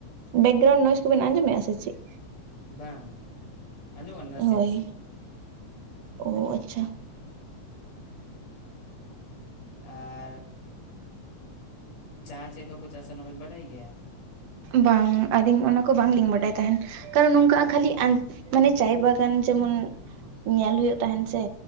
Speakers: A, on the right; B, on the left.
A: ᱵᱮᱠᱜᱨᱟᱣᱩᱱᱰ ᱱᱚᱭᱥ ᱠᱚᱵᱮᱱ ᱟᱸᱡᱚᱢᱮᱜᱼᱟ ᱥᱮ ᱪᱮᱜ?
B: ᱵᱟᱝ ᱟᱸᱡᱚᱢᱼᱟ ᱱᱟᱥᱮ
A: ᱦᱳᱭ
B: ᱱᱟᱥᱮ᱾
A: ᱚ ᱟᱪᱪᱷᱟ
B: ᱟᱨ ᱪᱟ ᱪᱮᱜᱠᱟ ᱠᱚ ᱪᱟᱥᱟ ᱚᱱᱟ ᱵᱮᱱ ᱵᱟᱰᱟᱭ ᱜᱮᱭᱟ?
A: ᱵᱟᱝ ᱟᱹᱞᱤᱧ ᱚᱱᱟ ᱠᱚ ᱵᱟᱝᱞᱤᱧ ᱵᱟᱰᱟᱭ ᱛᱟᱦᱮᱱ ᱠᱟᱨᱚᱱ ᱱᱚᱝᱠᱟ ᱠᱷᱟᱹᱞᱤ ᱟᱸᱡ ᱢᱟᱱᱮ ᱪᱟᱭ ᱵᱟᱜᱟᱱ ᱡᱮᱢᱚᱱ ᱧᱮᱞ ᱦᱩᱭᱩᱜ ᱛᱟᱦᱮᱱ ᱥᱮ᱾